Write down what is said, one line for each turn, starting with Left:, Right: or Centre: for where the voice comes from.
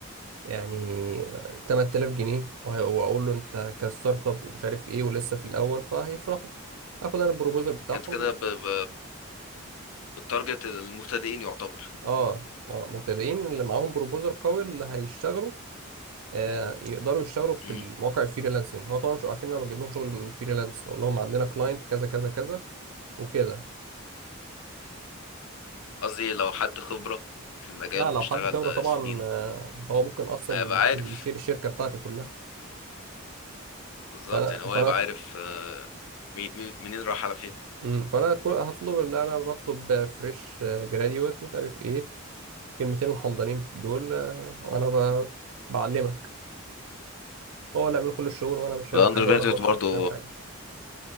Right: يعني 8000 جنيه وهي- واقول له انت كستارت اب ومش عارف ايه ولسه في الاول فهيفرحوا اخد انا البروبوزال بتاعهم
Left: يعني انت كده ب... ب... بالتارجت المبتدئين يعتبر
Right: اه اه مبتدئين اللي معاهم بروبوزال قوي اللي هيشتغلوا آه يقدروا يشتغلوا في
Left: مم.
Right: المواقع الفريلانسنج هو طبعا مش عارفين إن انا بجيب لهم شغل من فريلانس اقول لهم عندنا كلاينت كذا كذا كذا وكده
Left: قصدي لو حد خبرة في المجال
Right: لا
Left: واشتغل
Right: لو حد خبره
Left: آه،
Right: طبعا
Left: سنين
Right: آه هو ممكن اصلا
Left: هيبقى عارف
Right: يشيل الشركه بتاعتي كلها
Left: بالظبط
Right: فانا
Left: يعني هو
Right: فانا
Left: هيبقى عارف آه، مي... مي... منين راح على فين
Right: مم، فانا كل- هطلب اللي انا بطلب فريش جراديويت مش عارف ايه كلمتين الحمضانين دول آه، وانا ب... بعلمك هو اللي عامل كل الشغل وانا مش فاهم
Left: والاندر
Right: حاجه
Left: جراديوت
Right: ولا هو شايف
Left: برضه
Right: فاهم حاجه